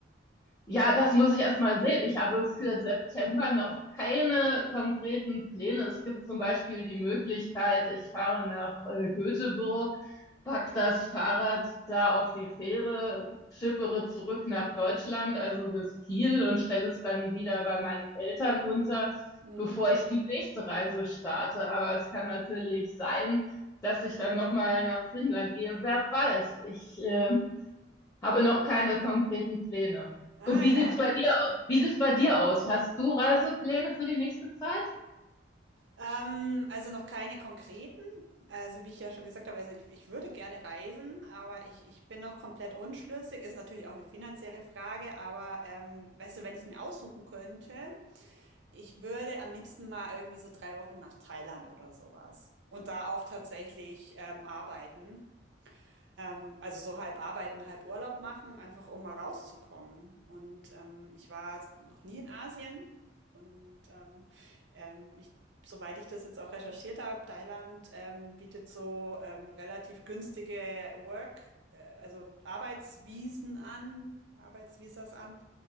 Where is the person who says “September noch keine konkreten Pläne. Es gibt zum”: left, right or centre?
Left